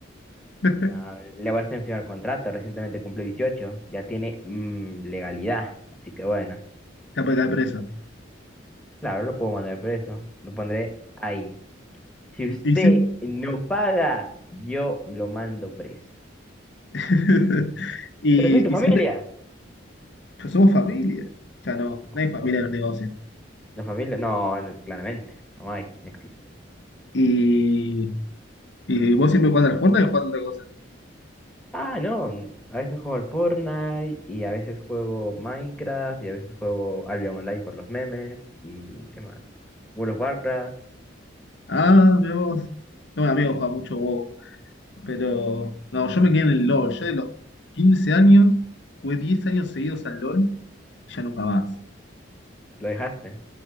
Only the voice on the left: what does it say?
<laughs>
Ya puede caer preso.
Y, siem-
<laughs> y,
y siempre, pues somos familia. Ya no, no
hay familia en los negocios.
Y, y vos siempre jugás al Fortnite o jugás a otra cosa.
Ah, mira vos. No, mi amigo juega mucho WoW. Pero no, yo me quedé en el LOL. Yo de los 15 años jugué 10 años seguidos al LOL y ya nunca más.